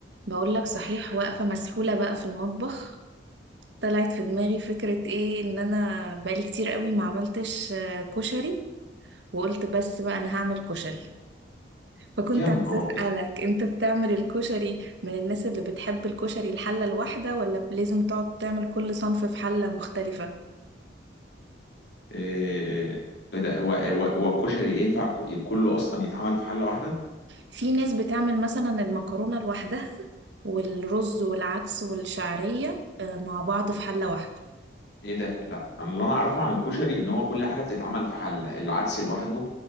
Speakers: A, on the right (about 80°); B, on the left (about 70°).
A: بقول لك صحيح واقفة مسحولة بقى في المطبخ طلعت في دماغي فكرة ايه ان انا بقالي كتير قوي ما عملتش آه، كشري وقلت بس بقى انا هعمل كشري فكنت
B: يا نهار
A: عايزة اسألك
B: ابيض
A: انت بتعمل الكشري من الناس اللي بتحب الكشري الحلة الواحدة ولا لازم تقعد تعمل كل صنف في حلة مختلفة
B: إيه إيه ده هو هو هو الكشري ينفع ك- كله اصلا يتعمل في حله واحده
A: في ناس بتعمل مثلا المكرونة لوحدها والرز والعدس والشعرية آه، مع بعض في حلة واحدة
B: ايه ده لا انا اللي انا اعرفه عن الكشري ان هو كل حاجه بتتعمل في حله العدس لوحده